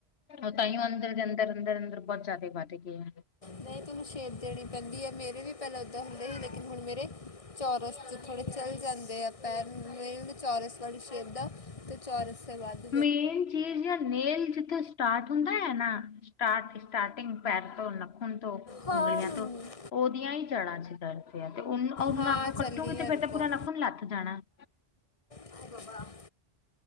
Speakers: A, on the left (about 80°); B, on the left (about 35°).
A: ਉਹ ਤਾਂਹੀਓ ਅੰਦਰ ਦੇ ਅੰਦਰ ਅੰਦਰ ਅੰਦਰ ਬਹੁਤ ਜਿਆਦਾ ਵੱਧ ਗਏ ਆ
B: ਨਹੀਂ ਤੈਨੂੰ ਛੇਦ ਦੇਣੀ ਪੈਂਦੀ ਹੈ ਮੇਰੇ ਵੀ ਪਹਿਲਾਂ ਓਦਾਂ ਹੁੰਦੇ ਸੀ ਲੇਕਿਨ ਹੁਣ ਮੇਰੇ ਚੌਰਸ 'ਚ ਥੋੜ੍ਹੇ ਚੱਲ ਜਾਂਦੇ ਆ ਪੈਰ ਮਦੇ ਚੋੌਰਸ ਵਾਲੀ ੇਧਾਂ ਅਤੇ ਚੌਰਸੇ ਬਾਅਦ
A: ਮੇਨ ਚੀਜ਼ ਨੇਲ ਜਿੱਥੇ ਸਟਾਰਟ ਹੁੰਦਾ ਹੈ ਨਾ ਸਟਾਰਟ ਸਟਾਰਟਿੰਗ ਪੈਰ ਤੋਂ ਲੱਖਣ ਤੋਂ
B: ਹਾਂ
A: ਉਂਗਲੀਆਂ
B: ਮੰਮੀ
A: ਤੋਂ ਉਹਦੀਆਂ ਹੀ ਚੜਾ ਚ ਡਰ ਪ ਆ ਤੇ ਉਹਨ ਉਹੂੰ
B: ਹਾਂ
A: ਅੱਗੋਂ
B: ਚੱਲੀ
A: ਕੱਟੋਗੇ ਤੇ
B: ਆ ਰੁਕੋ
A: ਫੇਰ ਤਾਂ ਪੂਰਾ ਨਖੁਨ ਲੱਥ ਜਾਣਾ <inaudible>
B: <unintelligible>